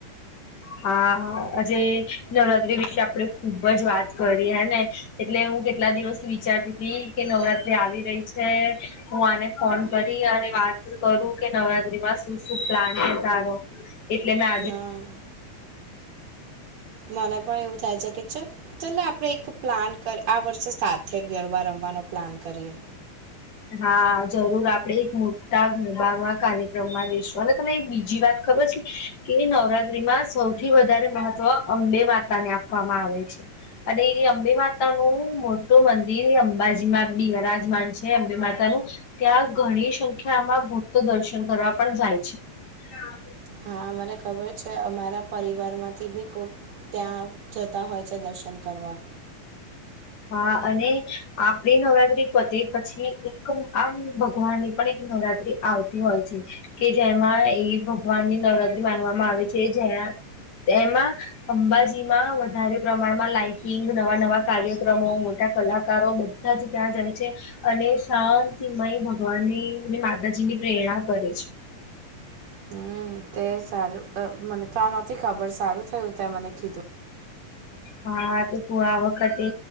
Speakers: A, on the left; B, on the right.
A: હા આજે નવરાત્રી વિશે આપણેે ખુબ જ વાત કરી હે ને એટલે હું કેટલા દિવસ વિચારતી હતી કે નવરાત્રી આવી રહી છે હું આને ફોન કરી અને વાત કરું કે નવરાત્રીમાં શું શું પ્લાન છે તારો એટલે મે
B: હા મને પણ એવું થાય છે કે છેક ચાલ આપણેે એક પ્લાન આ વર્ષે સાથે ગરબા રમવાનો પ્લાન કરીએ
A: હા જરૂર આપડે એક મોટા ગરબામાં કાર્યક્રમમાં જઈશું અને તમે બીજી વાત ખબર છે કે નવરાત્રીમાં સૌથી વધારે મહત્વ અંબે માતા ને આપવામાં આવે છે. અને એ અંબે માતા નું મોટું મંદિર એ અંબાજીમાં બી વરાજમાન છે. અંબે માતા નું ત્યાં ઘણી સંખ્યામાં ભક્તો દર્શન કરવા પણ જાય છે. હા
B: હા મને ખબર છે અમારા પરિવારમાંથી બી ખુબ ત્યાં જતા હોય છે દર્શન કરવા
A: હા અને આપડી નવરાત્રી પોતે પછી એક આમ ભગવાનની પણ એક નવરાત આવતી હોય છે કે જેમાં એ ભગવાન ની નવરાત્રી માનવામાં આવે છે જ્યાં એમાં અંબાજીમાં વધારે પ્રમાણમાં લાાઈટિંગ નવા નવા કાર્યક્રમો મોટા કલાકારો બધા જ ત્યાં જાય છે અને શાંતિમય ભગવાનની માતાજી ની પ્રેરણા કરે છે.
B: હમ તે સારું મને તો આ નોતી ખબર સારું થયું ત મને કીધુ
A: હા તો તું આ વખતે